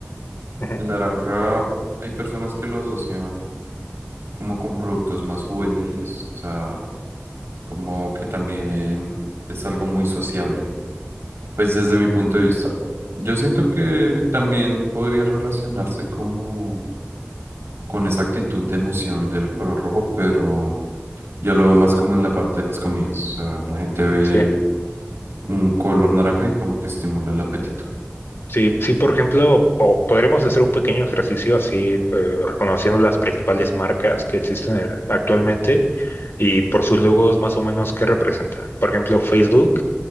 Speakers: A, on the left; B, on the right.
A: Ujú,
B: El naranja, hay personas que lo asocian como con productos más juveniles, o sea, como que también es algo muy sociable Pues desde mi punto de vista, yo siento que también podría relacionarse como con esa actitud de emoción del color rojo, pero yo lo veo más como en la parte de las comidas. O sea, la gente ve
A: Sí.
B: un color naranja y como que estimula el apetito.
A: Sí, sí, por ejemplo, o podremos hacer un pequeño ejercicio así, eh, reconociendo las principales marcas que existen eh, actualmente y por sus logos más o menos qué representa. Por ejemplo, Facebook,